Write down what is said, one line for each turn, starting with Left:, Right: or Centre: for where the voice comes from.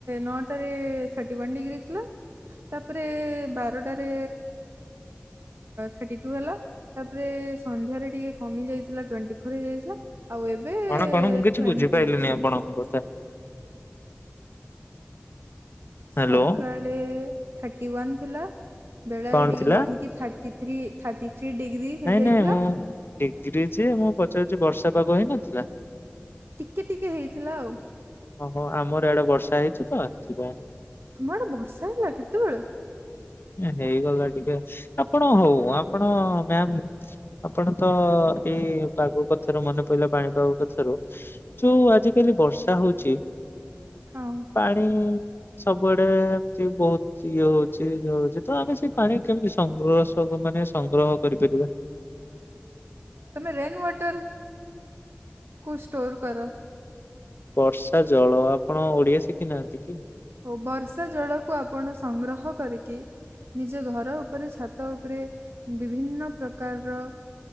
Right: ନଅଟାରେ ଥାର୍ଟି ୱାନ୍ ଡିଗ୍ରୀ ଥିଲା। ତାପରେ ବାରଟାରେ ଥାର୍ଟି ଟୁ ହେଲା। ତାପରେ ସନ୍ଧ୍ୟାରେ ଟିକେ କମିଯାଇଥିଲା ଟ୍ୱେଣ୍ଟି ଫୋର ହେଇଯାଇଥିଲା ଆଉ ଏବେ
Left: କଣ କଣ ମୁଁ କିଛି
Right: ଟ୍ୱେଣ୍ଟି
Left: ବୁଝିପାଇଲିନି
Right: ଅଛି
Left: ଆପଣଙ୍କ କଥା।
Right: ସକାଳେ
Left: ହ୍ୟାଲୋ
Right: ଥାର୍ଟି ୱାନ୍ ଥିଲା ବେଳାରେ
Left: କଣ
Right: ଟିକେ
Left: ଥିଲା?
Right: ବଢ଼ିକି thirty three thirty three degree
Left: ନାଇଁ
Right: ହେଇଯାଇଥିଲା।
Left: ନାଇଁ ମୁଁ ଡିଗ୍ରୀ ଯେ ମୁଁ ପଚାରୁଚି ବର୍ଷା ପାଗ ହେଇନଥିଲା।
Right: ଟିକେ ଟିକେ ହେଇଥିଲା ଆଉ।
Left: ଓହୋ ଆମର ଇଆଡେ ବର୍ଷା ହେଇଛି ତ ଏଥି ପାଇଁ।
Right: ତୁମ ଆଡେ ବର୍ଷା ହେଲା କେତେବେଳେ?
Left: ହେଇଗଲା ଟିକେ ଆପଣ ହଉ ଆପଣ ମ୍ୟାମ୍ ଆପଣ ତ ଏଇ ପାଗ କଥାରୁ ମନେ ପଇଲା ପାଣିପାଗ କଥାରୁ। ଯୋଉ ଆଜିକାଲି ବର୍ଷା ହୋଉଛି
Right: ହଁ।
Left: ପାଇଁ ସବୁଆଡେ ଏମତି ବହୁତ ଇଏ ହୋଉଛି <unintelligible> ହଉଛି ତ ଆମେ ସେଇ ପାଣି କେମିତି ସଂଗ୍ରହ ମାନେ ସଂଗ୍ରହ କରିପାରିବା?
Right: ତମେ ରେନୱଟର କୁ ଷ୍ଟୋର କର।
Left: ବର୍ଷା ଜଳ ଆପଣ ଓଡିଆ ଶିଖିନାହାନ୍ତି କି?
Right: ଓ ବର୍ଷା ଜଳକୁ ଆପଣ ସଂଗ୍ରହ କରିକି ନିଜ ଘର ଉପରେ ଛାତ ଉପରେ ବିଭିନ୍ନ ପ୍ରକାରର